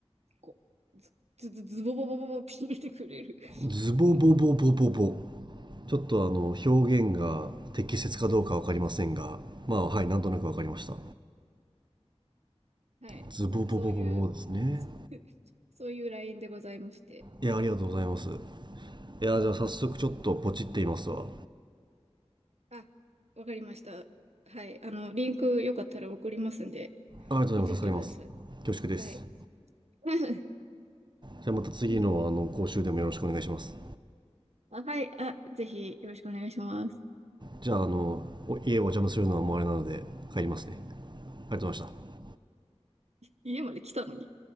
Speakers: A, on the right; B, on the right.
A: こうズズズズボボボボボって入てくれる。
B: ズボボボボボボ
A: <laughs>
B: ちょっとあの表現が適切かどうかわかりませんがまあはいなんとなくわかりました
A: はい。
B: ズボボボボボですね
A: そういう、<laughs> そういうラインでございまして。
B: いやありがとうございますいやじゃあ早速ちょっとポチっていますわ
A: あ、わかりました。はい。あの、リンクよかったら送りますんで、
B: ありがとうございます助かります恐縮です
A: 見てみてください。はい。<laughs>
B: じゃあまた次のあの講習でもよろしくお願いします
A: うんあ、はい。あ、ぜひよろしくお願いします。
B: じゃああの家をお邪魔するのはもうあれなので帰りますねありがとうございました
A: 家まで来たのに。